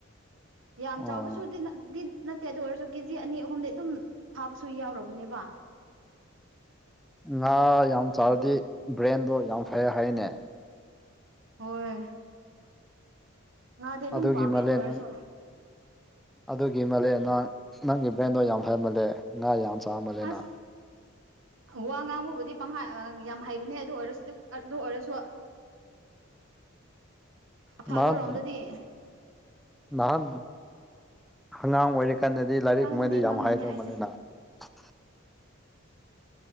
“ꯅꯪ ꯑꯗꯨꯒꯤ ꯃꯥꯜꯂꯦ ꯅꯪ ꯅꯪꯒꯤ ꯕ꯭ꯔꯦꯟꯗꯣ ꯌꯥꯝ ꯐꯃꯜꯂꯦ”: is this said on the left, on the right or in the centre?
Centre